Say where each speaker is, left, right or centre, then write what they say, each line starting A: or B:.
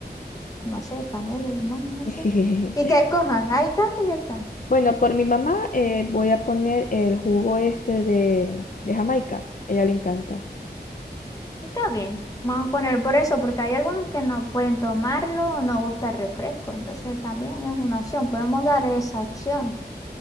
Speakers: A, on the left (about 20°); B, on the left (about 50°).
A: no sé, panela, limón, no
B: <laughs>
A: sé. Y que escojan, hay tanto y hay tanto.
B: Bueno, por mi mamá eh, voy a poner el jugo este de, de Jamaica. A ella le encanta.
A: Está bien, vamos a poner por eso, porque hay algunos que no pueden tomarlo o no gusta el refresco. Entonces también es una opción, podemos dar esa opción.